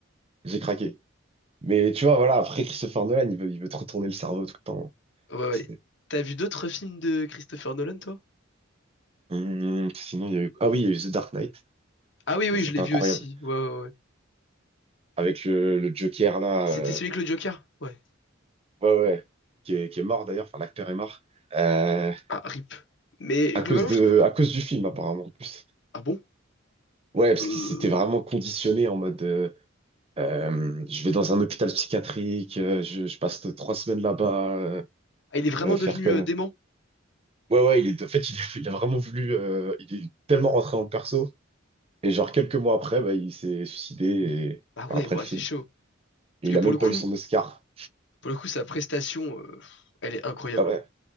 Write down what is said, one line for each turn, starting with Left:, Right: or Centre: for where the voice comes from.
Right: j'ai craqué. Mais tu vois, voilà, après Christopher Nolan, il veut, il veut te retourner le cerveau tout le temps.
Left: Ouais, ouais.
Right: C'est-
Left: T'as vu d'autres films de Christopher Nolan, toi?
Right: Hum, sinon, il y a eu... Ah oui, il y a eu The Dark Knight.
Left: Ah oui, oui,
Right: Ça, c'était
Left: je l'ai vu
Right: incroyable.
Left: aussi. Ouais, ouais, ouais.
Right: Avec le, le Joker, là,
Left: C'était
Right: euh,
Left: celui avec le Joker? Ouais.
Right: Ouais, ouais, ouais. qui est, qui est mort d'ailleurs, enfin l'acteur est mort, euh,
Left: Ah, rip. Mais
Right: à
Left: globalement,
Right: cause de,
Left: je trouve...
Right: à cause du film apparemment en plus.
Left: Ah bon?
Right: Ouais, parce
Left: Euh...
Right: qu'il s'était vraiment conditionné en mode, euh, euh, je vais dans un hôpital psychiatrique, euh, je, je passe trois semaines là-bas, euh,
Left: Ah, il est vraiment
Right: euh, faire
Left: devenu
Right: que.
Left: euh, dément?
Right: Ouais, ouais, il est, en fait, il, <laughs> a il a vraiment voulu, euh, il est tellement rentré dans le perso, et genre quelques mois après, bah, il s'est suicidé, et,
Left: Ah ouais,
Right: enfin, après
Left: ouais,
Right: le film.
Left: c'est chaud.
Right: Et
Left: Parce
Right: il
Left: que pour
Right: a même
Left: le coup,
Right: pas eu son Oscar.
Left: Pour le coup, sa prestation, euh, elle est incroyable.
Right: Ah ouais,
Left: hein.